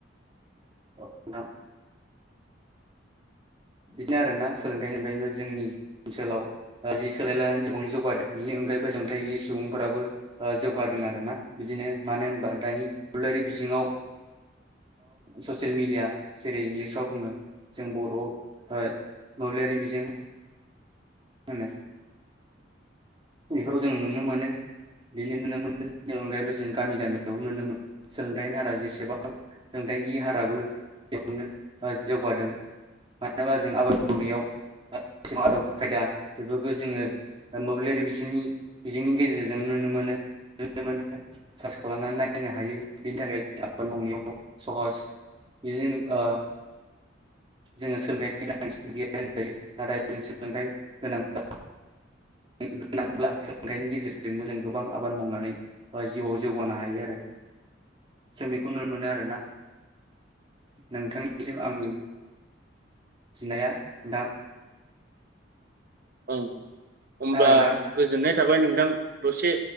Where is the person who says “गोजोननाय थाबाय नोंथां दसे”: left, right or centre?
Right